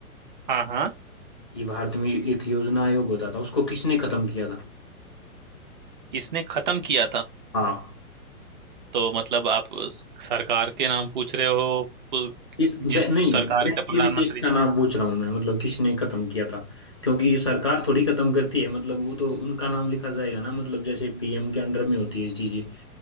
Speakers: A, on the right (about 35°); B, on the left (about 20°).
A: हाँ हाँ।
B: ये भारत में एक योजना आयोग होता था उसको किसने खत्म किया था
A: किसने खत्म किया था
B: हाँ
A: तो मतलब आप उस सरकार के नाम पूछ रहे हो उ-
B: इस वे,
A: जिस
B: नहीं
A: सरकार
B: व्यक्ति
A: का प्रधानमंत्री
B: विशेष का नाम पूछ रहा हूँ मैं मतलब किसने खत्म किया था क्योंकि ये सरकार थोड़ी खत्म करती है मतलब वो तो उनका नाम लिखा जाएगा ना मतलब जैसे पीएम के अंडर में होती है चीजें